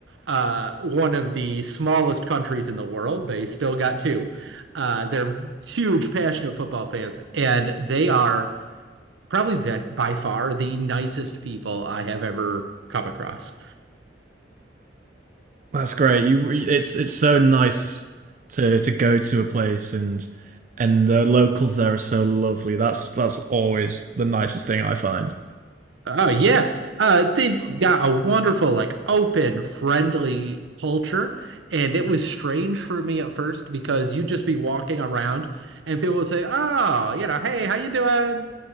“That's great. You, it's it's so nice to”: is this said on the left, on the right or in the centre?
Right